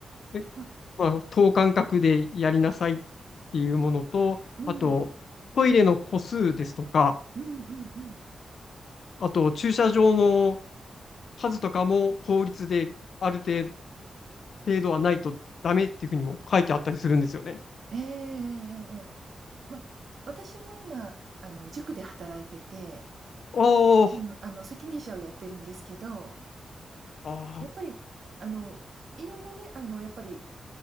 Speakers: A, on the left (about 70°); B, on the right (about 60°).
A: で、
B: ま、
A: まあ、
B: うん、
A: 等間隔でやりなさいっていうものと、
B: うん、
A: あと、トイレの個数ですとか、
B: うんうんうん。
A: あと、駐車場の数とかも法律である程程度はないとダメっていうふうにも書いてあったりするんですよね。
B: ええええええええ。ま、私も今、あの、塾で働いてて、
A: おー、
B: うん、あの、責任者をやってるんですけど
A: あ
B: やっぱり、あの、いろいろね、あの、やっぱり